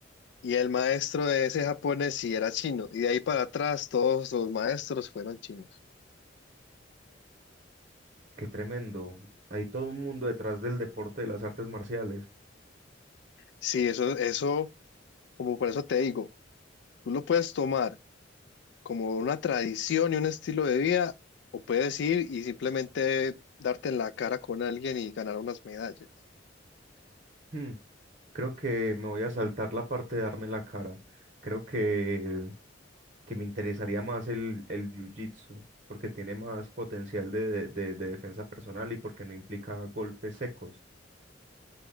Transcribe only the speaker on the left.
Y el maestro de ese japonés sí era chino. Y de ahí para atrás todos los maestros fueron chinos.
Sí, eso, eso, como por eso te digo, tú lo puedes tomar como una tradición y un estilo de vida, o puedes ir y simplemente darte en la cara con alguien y ganar unas medallas.